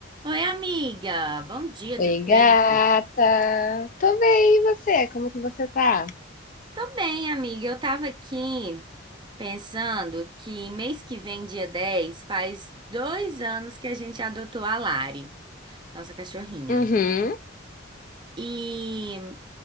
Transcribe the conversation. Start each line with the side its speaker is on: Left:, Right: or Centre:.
Right: Oi, amiga. Bom dia,
Left: Oi,
Right: tudo bem?
Left: gata. Tô bem, e você? Como que você tá?
Right: Tô bem, amiga. Eu tava aqui pensando que mês que vem, dia 10 faz dois anos que a gente adotou a Lari, nossa cachorrinha.
Left: Uhum.
Right: né? E,